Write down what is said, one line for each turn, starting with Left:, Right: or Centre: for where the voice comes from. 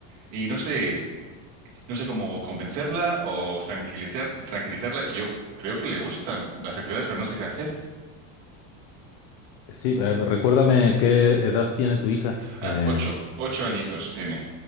Right: Y no sé, no sé cómo convencerla o tranquilizar, tranquilizarla. Yo creo que le gustan las actividades, pero no sé qué hacer.
Left: Sí, eh, recuérdame qué edad tiene tu hija.
Right: Ah,
Left: Eh,
Right: ocho, ocho añitos tiene.